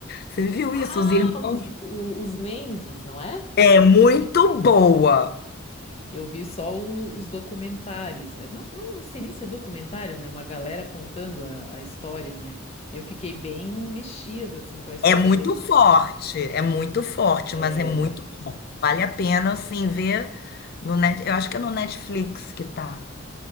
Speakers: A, on the left; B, on the left.
A: Você viu
B: ah,
A: isso, os irmãos?
B: os, o- os Mendes, não é?
A: É muito boa.
B: Eu vi só o- os documentários, né? Não, não sei nem se é documentário, né? Uma galera contando a, a história, né? Eu fiquei bem mexida, assim, com a história
A: É muito
B: dele.
A: forte, é muito forte,
B: É,
A: mas é muito bom. Vale a pena, assim, ver no net... Eu acho que é no Netflix que tá.